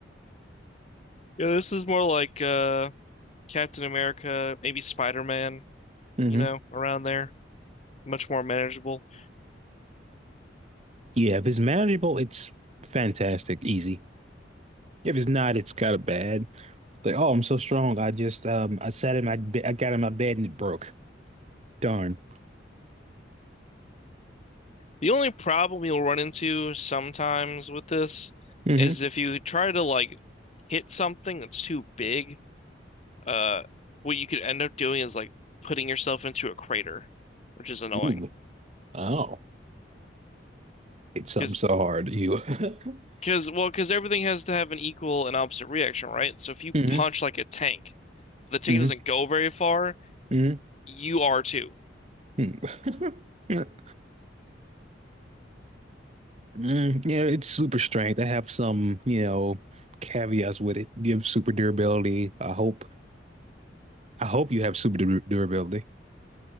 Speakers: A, on the left; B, on the right.
A: Yeah, this is more like uh Captain America, maybe Spider-Man,
B: hmm
A: you know, around there. Much more manageable.
B: Yeah, if it's manageable, it's fantastic, easy. If it's not, it's kind of bad. Like, oh, I'm so strong. I just, um, I sat in my, be I got in my bed and it broke. Darn.
A: The only problem you'll run into sometimes with this
B: hmm
A: is if you try to like hit something that's too big, uh what you could end up doing is like putting yourself into a crater, which is annoying.
B: Ooh. Oh, it's something
A: Because
B: so hard. You. <laughs>
A: Because well, because everything has to have an equal and opposite reaction, right? So if you
B: hmm
A: punch like a tank, the tank
B: hmm
A: doesn't go very far.
B: Mhm.
A: You are too.
B: mm <laughs> Mm, yeah, it's super strength. I have some, you know, caveats with it. You have super durability. I hope. I hope you have super dur durability.